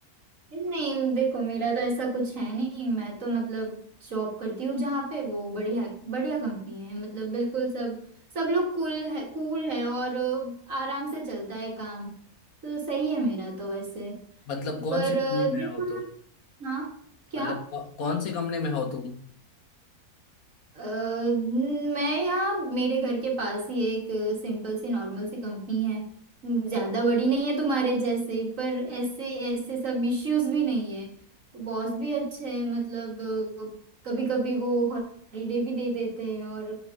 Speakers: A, on the right; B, on the left.
A: नहीं देखो मेरा तो ऐसा कुछ है नहीं मैं तो मतलब जॉब करती हूँ जहाँ पे वो बढ़िया बढ़िया कंपनी है मतलब बिल्कुल सब सब लोग कूल है कूल है और अ, आराम से चलता है काम तो सही है मेरा तो वैसे
B: मतलब कौन
A: पर
B: सी कंपनी
A: अ, देखो
B: में हो तुम
A: ना हाँ क्या
B: मतलब कौ, कौन सी कंपनी में हो तुम
A: अ, मैं यहाँ मेरे घर के पास ही एक सिंपल सी नॉर्मल सी कंपनी है ज्यादा बड़ी नहीं है तुम्हारे जैसे पर ऐसे ऐसे सब इश्यूज भी नहीं है बॉस भी अच्छे हैं मतलब कभी कभी वो हॉलीडे भी दे देते हैं और